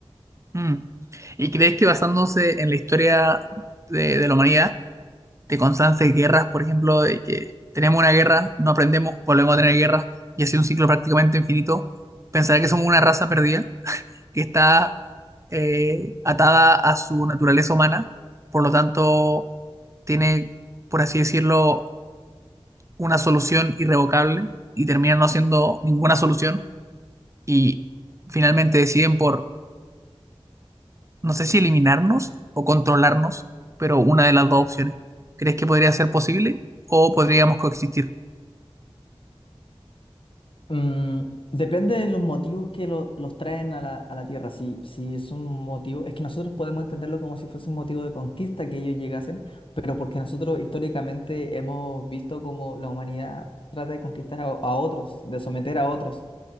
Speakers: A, on the right; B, on the left.
A: Mm. ¿Y crees que basándose en la historia de de la humanidad, de constantes guerras, por ejemplo, de que tenemos una guerra, no aprendemos, volvemos a tener guerras y así un ciclo prácticamente infinito, pensar que somos una raza perdida que está eh, atada a su naturaleza humana, por lo tanto tiene, por así decirlo, una solución irrevocable y termina no siendo ninguna solución y finalmente deciden por, no sé si eliminarnos o controlarnos, pero una de las dos opciones. ¿Crees que podría ser posible o podríamos coexistir?
B: Mm, depende de los motivos que lo- los traen a la, a la Tierra. Si, si es un motivo, es que nosotros podemos entenderlo como si fuese un motivo de conquista que ellos llegasen, pero porque nosotros históricamente hemos visto cómo la humanidad trata de conquistar a, a otros, de someter a otros.